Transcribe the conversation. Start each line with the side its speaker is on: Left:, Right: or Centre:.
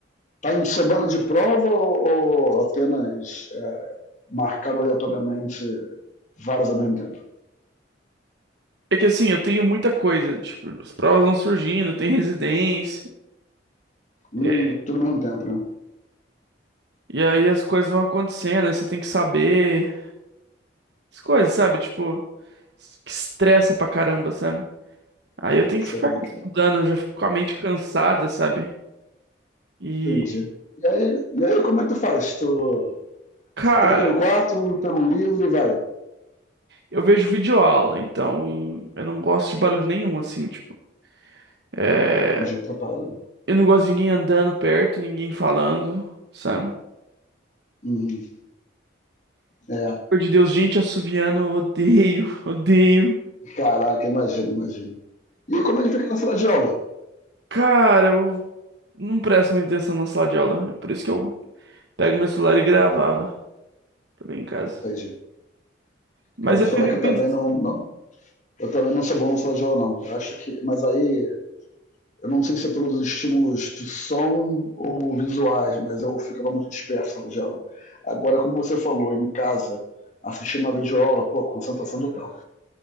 Left: Tá em semana de prova ou, ou apenas é, marcado aleatoriamente várias ao mesmo tempo?
Right: é que assim, eu tenho muita coisa, tipo, as provas vão surgindo, tem residência,
Left: Hum,
Right: é,
Left: tudo ao mesmo tempo, né?
Right: e aí as coisas vão acontecendo, aí você tem que saber as coisas, sabe? Tipo, que estressa pra caramba, sabe? Aí eu tenho que
Left: Sei
Right: ficar
Left: como é
Right: estudando,
Left: que é.
Right: eu já fico com a mente cansada, sabe? E,
Left: Entendi. E aí, e aí como é que tu faz? Tu
Right: cara,
Left: se tranca no quarto, pega um livro e vai.
Right: eu vejo videoaula, então eu não gosto de barulho nenhum, assim, tipo. é,
Left: Entendi, atrapalha. né?
Right: Eu não gosto de ninguém andando perto, ninguém falando, sabe?
Left: Uhum. É,
Right: Por de Deus, gente assoviando, eu odeio, <laughs> odeio.
Left: caraca, imagino, imagino. E como é que fica na sala de aula?
Right: Cara, eu não presto muita atenção na sala de aula. É por isso que eu pego meu celular e gravava também em casa.
Left: Entendi.
Right: Mas
Left: Eu vou
Right: eu
Left: te
Right: teve
Left: falar que
Right: vídeos.
Left: eu também não, não eu também não sou bom na sala de aula, não. Eu acho que. Mas aí, eu não sei se é pelos estímulos de som ou visuais, mas eu ficava muito disperso na sala de aula. Agora, como você falou, em casa, assistindo uma videoaula, pô, concentração total.